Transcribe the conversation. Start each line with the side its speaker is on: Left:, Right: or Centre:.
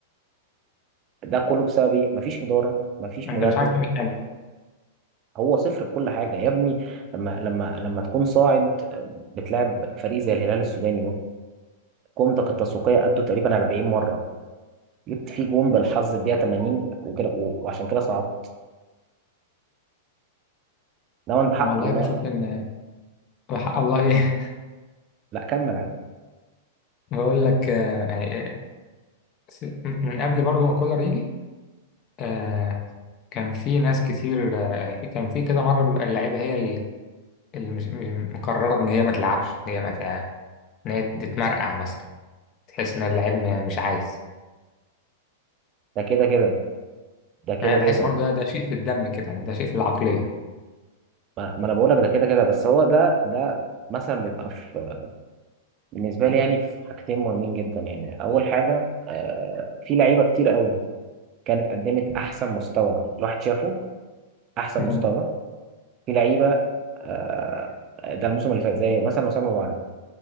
Right: ده كله بسبب ايه مفيش ادارة مفيش
Left: انت
Right: مدرب
Left: مش عارف تعمل حاجه
Right: هو صفر في كل حاجة يا ابني لما لما لما تكون صاعد آه، بتلعب فريق زي الهلال السوداني ده قيمتك التسويقية قدوا تقريبا 40 مرة جبت فيه جون بالحظ الدقيقة 80 وكده و- وعشان كده صعدت لو انت حق
Left: انا والله
Right: الله
Left: بشوف ان وحق الله ايه
Right: لا كمل
Left: بقول لك آه، يعني آه، س- من قبل برضو ما كولر يجي آه، كان في ناس كتير آه، يعني في كان في كده مره بيبقى اللعيبه هي ال- اللي مش مش- مقرره ان هي ما تلعبش ان هي ما تع- ان هي تتمرقع مثلا تحس ان اللعيب ما- مش عايز
Right: ده كده كده ده كده
Left: انا بحس
Right: كده
Left: برضو ده ده شيء في الدم كده يعني ده شيء في العقليه
Right: ما ما انا بقول لك ده كده كده بس هو ده ده مثلا بيبقى في بالنسبه لي يعني في حاجتين مهمين جدا يعني اول حاجه آه في لعيبه كتير قوي كانت قدمت احسن مستوى الواحد شافه احسن
Left: مم.
Right: مستوى في لعيبه آه ده الموسم اللي فات زي مثلا وسام ابو علي